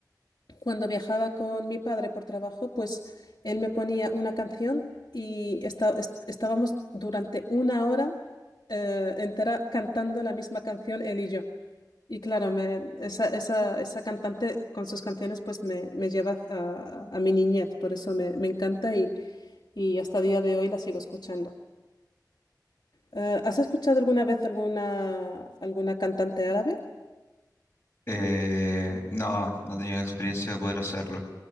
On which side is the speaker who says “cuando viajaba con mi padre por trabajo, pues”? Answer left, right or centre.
Left